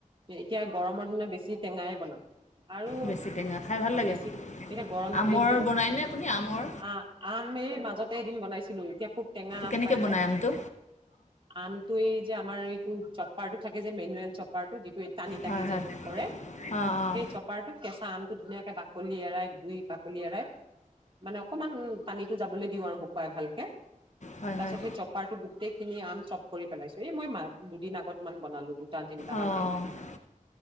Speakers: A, on the right; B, on the left.
A: এতিয়া গৰমৰ দিনত বেছি টেঙাই বনাম। আৰু
B: বেছি টেঙা খাই ভাল
A: অ
B: লাগে
A: বেছিকে এতিয়া গৰম
B: আমৰ
A: দিন যে
B: বনায়নে আপুনি আমৰ
A: আ আম এই মাজত সেই এদিন বনাইছিলো এতিয়া খুব। টেঙা আম
B: কেনেকে
A: পাই
B: বনাইম
A: যে
B: আমটো।
A: আমটো এই যে আমাৰ এইটো চপাৰটো থাকে যে মেনুৱেল চপাৰটো যিটোৱে টানি টানি
B: হয়
A: যে
B: হয়
A: কৰে
B: অঁ অঁ
A: সেই চপাৰটোত কেঁচা আমটো ধুনীয়া বাকলি এৰাই ধুই বাকলি এৰাই মানে অকমান পানীটো যাবলৈ দিওঁ আৰু শুকুৱাই ভালকে
B: হয়
A: তাৰপাছত
B: হয়
A: সেই চপাৰটো গোটেই খিনি আম চপ কৰি পেলাইছো এই মই মাক দুদিন আগত মান বনালো। দুটা, তিনিটামান
B: অঁ
A: আম